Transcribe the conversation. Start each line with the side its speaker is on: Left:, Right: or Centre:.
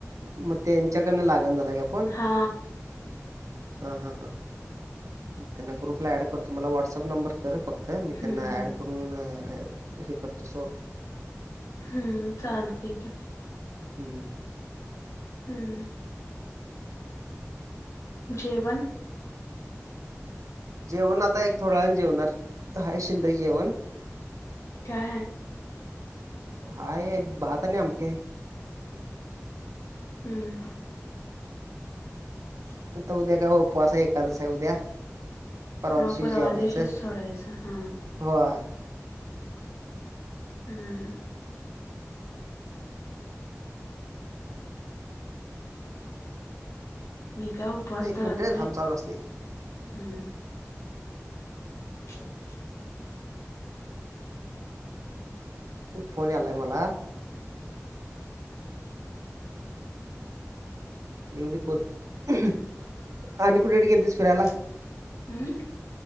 Right: म त्येच्याकडनं लागण झालाय काय फोन?
Left: हा.
Right: हां, हां, हां मग त्यांना ग्रुपला ॲड करतो. मला व्हॉट्सअप नंबर कर फक्त मी
Left: हम्म
Right: त्यांना
Left: हम्म
Right: ऍड करून, हे करतो सोडतो.
Left: हम्म, चालतय की.
Right: हम्म.
Left: हम्म. जेवण?
Right: जेवण आता एक थोड्या वेळान जेवणार, हाय शिल्लक जेवण.
Left: काय हाय?
Right: हाय यात भात आणि आमटी हाय.
Left: हम्म, हम. <unintelligible>
Right: तर उद्या काय उपवास हाय. एकादस हाय उद्या. परवा
Left: मग
Right: दिवशी जेवायचं.
Left: दिवशीच सोडायचं हा
Right: होय.
Left: हम्. मी काय उपवास
Right: एक
Left: धरत
Right: मिनिट
Left: नाही,
Right: थांब चालू असतंय.
Left: हम्म. <unintelligible>
Right: फोन यायलाय मला. येऊदे बोल, आणि कुणीकडं गेलतीस फीरायला?
Left: अंमं.